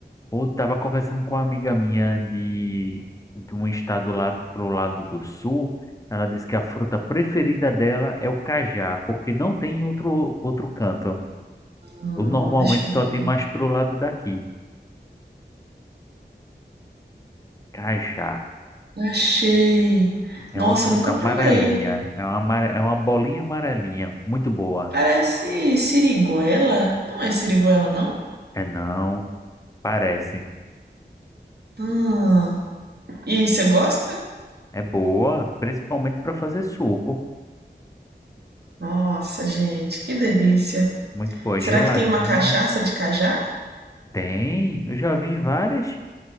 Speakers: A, on the left; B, on the right.
A: Pô, tava conversando com uma amiga minha de, de um estado lá pro lado do sul. Ela disse que a fruta preferida dela é o cajá, porque não tem em outro outro canto.
B: Hum,
A: Eu, normalmente
B: deixa eu ver.
A: só tem mais pro lado daqui. Cajá
B: Achei.
A: é
B: Nossa,
A: uma fruta
B: eu nunca
A: amarelinha,
B: provei.
A: é uma amare- é uma bolinha amarelinha, muito boa.
B: Parece siriguela? Não é siriguela, não?
A: É não, parece.
B: Hum. E você gosta?
A: É boa, principalmente para fazer suco.
B: Nossa, gente, que delícia.
A: Muito boa,
B: Será
A: geladinho.
B: que tem uma cachaça de cajá?
A: Tem, eu já vi várias.